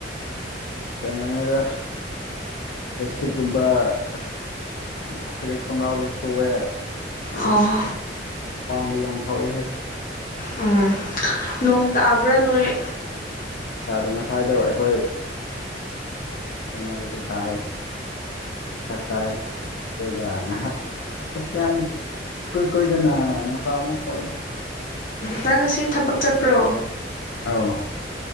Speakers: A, on the left; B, on the left.
A: ꯑꯁ ꯀꯩꯅꯣꯅꯦꯗ꯫ ꯕꯦꯁꯤꯒꯨꯝꯕ ꯑꯁ ꯐꯔꯤꯠ ꯈꯣꯡꯅꯥꯎꯗ ꯁꯧꯑꯦ꯫
B: ꯑꯣ
A: ꯄꯟꯗ ꯌꯝ ꯊꯧꯔꯦ ꯍꯦ꯫
B: ꯎꯝ ꯅꯣꯡ ꯇꯥꯕ꯭ꯔꯥ ꯅꯣꯏ꯫
A: ꯅꯣꯡ ꯇꯥꯗꯦ ꯉꯁꯥꯏꯗꯣ ꯑꯩꯈꯣꯏ ꯀꯩꯅꯣꯗꯗꯤ ꯇꯥꯏ ꯇꯠꯇꯥꯏ ꯑꯗꯨꯒ ꯉꯥꯏꯍꯥꯛ ꯑꯁ ꯌꯥꯝ ꯀꯨꯏ ꯀꯨꯏꯗꯅ ꯅꯨꯡꯁꯥ ꯑꯃꯨꯛ ꯊꯣꯛꯑꯩꯗ꯫
B: ꯅꯪ ꯉꯁꯤ ꯊꯕꯛ ꯆꯠꯄ꯭ꯔꯣ꯫
A: ꯑꯥꯎ